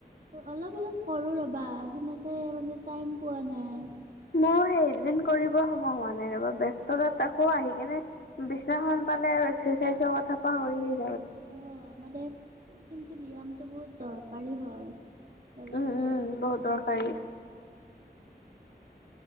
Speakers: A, on the right; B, on the left.
A: অলপ অলপ কৰু ৰ'বা সেনেকে মানে টাইম পোৱা নাই
B: সেই দুদিন কৰিব সময় হোৱা নাই ৰবা ব্যস্ততা আকৌ আহি কেনে বিচনাখন পালে আৰু এক্সাৰচাইজৰ কথা পাহৰীয়েই <unintelligible>
A: অ মানে কিন্তু ব্যায়ামতটো বহুত দৰ পানী হয় হেলটো
B: উম, উম,
A: কাৰাল ন <unintelligible>
B: বহুত দৰকাৰী।